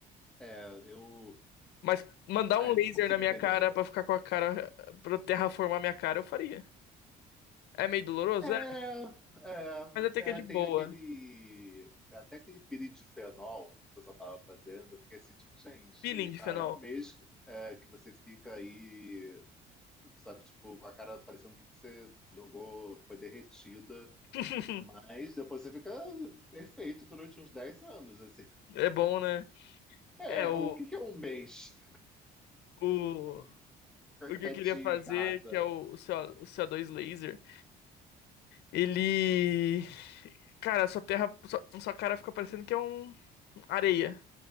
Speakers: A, in the centre; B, on the left.
A: é, eu.
B: Mas mandar
A: Ai,
B: um laser
A: não consigo
B: na minha
A: entender.
B: cara pra ficar com a cara pra terraformar minha cara, eu faria. É meio doloroso,
A: É,
B: é,
A: é,
B: mas até que é de
A: é,
B: boa.
A: tem aquele. Até aquele pirindifenol que o pessoal estava fazendo, eu fiquei assim, tipo, gente,
B: Peeling de
A: tá,
B: fenol.
A: é um mês é, que você fica aí, sabe, tipo, com a cara parecendo que você jogou, foi derretida
B: <laughs>
A: Mas depois você fica perfeito durante uns 10 anos, assim.
B: É bom, né?
A: É,
B: É o
A: o que que é um mês
B: o o que
A: quietinho
B: eu queria fazer
A: em casa?
B: que é o, o C o CO2 laser. Ele. Cara, sua terra. Sua, sua cara fica parecendo que é um areia.